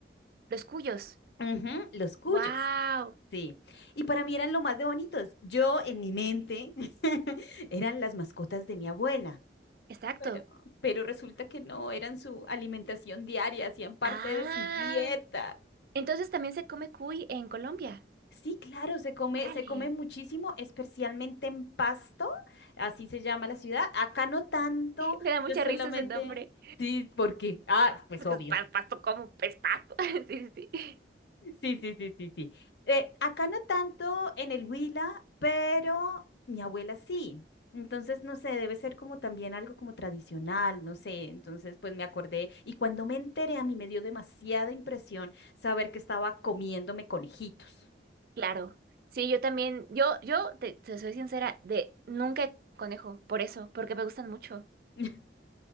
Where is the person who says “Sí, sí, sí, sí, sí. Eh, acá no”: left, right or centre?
Left